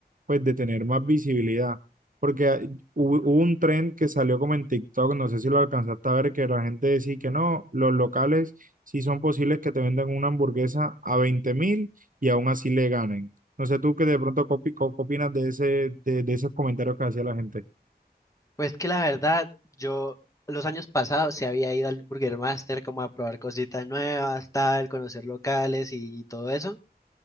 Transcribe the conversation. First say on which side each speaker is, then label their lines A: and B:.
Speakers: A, on the right; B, on the left.
A: pues de tener más visibilidad. Porque ah, hubo, hubo un trend que salió como en TikTok, no sé si lo alcanzaste a ver, que la gente decía que no, los locales sí son posibles que te vendan una hamburguesa a veinte mil y aún así le ganen. No sé tú que de pronto copi- co- opinas de ese, de, de esos comentarios que hacía la gente.
B: Pues que la verdad, yo los años pasados se había ido al Burger Master como a probar cositas nuevas, tal, conocer locales y y todo eso.